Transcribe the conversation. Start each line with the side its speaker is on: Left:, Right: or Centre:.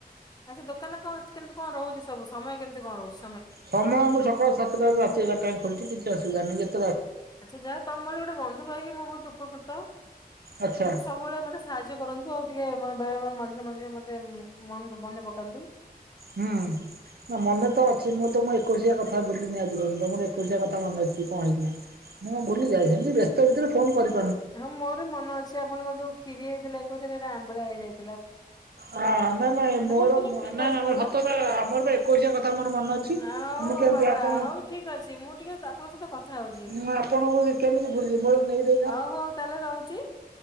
Left: ଆଚ୍ଛା ଦୋକାନରେ କଣ ଅଛି କେମିତି କଣ ରହୁଛି ସବୁ ସମୟ କେମିତି କଣ ରହୁ
Right: ସମୟ ମୁଁ ସକାଳ ସାତଟାରୁ ରାତି ଏଗାରଟାଏ ଖୋଲଥିବି। <inaudible>
Left: ଆଚ୍ଛା ଯାହା ତମ ବୋଲି ଗୋଟେ ବନ୍ଧୁ ପାଇକି ମୁଁ ବହୁତ କହୁତ ଏମତି
Right: ଆଚ୍ଛା
Left: ସବୁବେଳେ ମତେ ସାହାଯ୍ୟ କରନ୍ତୁ ଆଉ ଟିକେ ମତେ ବେଳେଳେ ମଝିରେ ମଝିରେ ମତେ ମନ ମନେ ପକାନ୍ତୁ।
Right: ହୁଁ ନା ମନେ ତ ଅଛି ମୁଁ ତମ ଏକୋଇଶିଆ କଥା ଭୁଲିିନି ଆଜି ପର୍ଯ୍ୟନ୍ତ ମୋର ଏକୋଇଶିଆ କଥା ମନେ ଅଛି କଣ ହେଇଥିଲା ମୁଁ ଭୁଲି ଯାଇଥିଲି ବ୍ୟସ୍ତ ଭିତରେ ଫୋନ କରିି
Left: ହଁ ମୋର ମନ ଅଛି ଆପଣଙ୍କ ଯୋଉ କ୍ଷୀରି ହେଇଥିଲା ଏକୋଇସା ରେ ସେରା ଆମ୍ବିଳା ହେଇଯାଇ
Right: ହ ନାଇଁ ନାଇଁ ମୋର
Left: ହଉ ତାହେଲେ ଠିକ
Right: ନାଇଁାଇଁ
Left: ଅଛି
Right: ମୋର
Left: ବାବା
Right: ସତତା ଆମର ଏକୋଇଶିଆ କଥା ମୋର ମନେ ଅଛି।
Left: ହଉ
Right: ମୁଁ
Left: ହଉ
Right: କେମିତି
Left: ବାବା
Right: ଆପଣ
Left: ହଉ ଠିକ ଅଛି ମୁଁ ଟିକେ ଆପଣଙ୍କ ସହିତ କଥା ହଉଛି।
Right: ମୁଁ ଆପଣଙ୍କୁ କେମିତି ଭୁଲି ମୋର ନେଇଦ
Left: ହଉ ହଉ ତାହେଲେ ରହୁଛି।